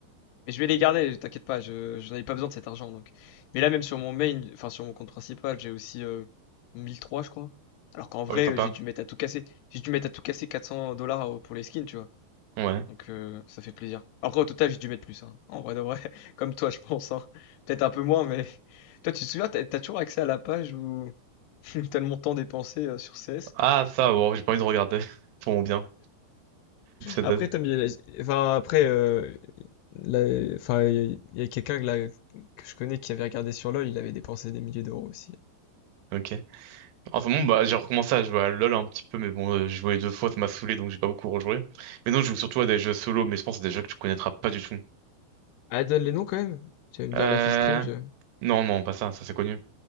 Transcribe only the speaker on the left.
Mais je vais les garder, t'inquiète pas, je, je n'en ai pas besoin de cet argent, donc. Mais là, même sur mon main, enfin, sur mon compte principal, j'ai aussi euh, 1003, je crois. Alors qu'en vrai,
euh, j'ai dû mettre à tout casser. J'ai dû mettre à tout casser 400 dollars euh, pour les skins, tu vois.
Donc euh, ça fait plaisir. Après au total j'ai dû mettre plus, hein. En vrai de vrai, <laughs> comme toi je pense, hein. Peut-être un peu moins, mais <laughs> toi tu te souviens, t'as, t'as toujours accès à la page où <laughs> t'as le montant dépensé euh, sur CS?
Après,
t'as mis- enfin, après, euh, la- enfin, il y a, quelqu'un que, là- que je connais qui avait regardé sur LoL, il avait dépensé des milliers d'euros aussi.
Ah, donne les noms quand même. Tu vas me dire
Life is Strange.